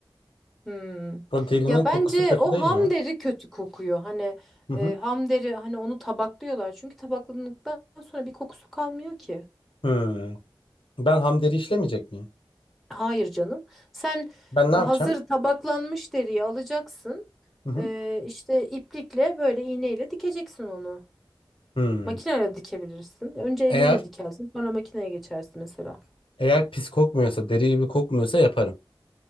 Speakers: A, in the centre; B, on the left.
A: Hmm.
B: O derinin
A: Ya
B: kokusu
A: bence
B: kötü
A: o
B: değil
A: ham
B: mi?
A: deri kötü kokuyor. Hani
B: Hı hı.
A: e, ham deri hani onu tabaklıyorlar. Çünkü tabakladıktan sonra bir kokusu kalmıyor ki.
B: Hmm. Ben ham deri işlemeyecek miyim?
A: Hayır canım. Sen
B: Ben ne
A: hazır
B: yapacağım?
A: tabaklanmış deriyi alacaksın.
B: Hı hı.
A: E, işte iplikle böyle iğneyle dikeceksin onu.
B: Hmm.
A: Makineyle dikebilirsin. Önce elinle
B: Eğer
A: dikersin, sonra makineye geçersin mesela.
B: eğer pis kokmuyorsa, deri gibi kokmuyorsa yaparım.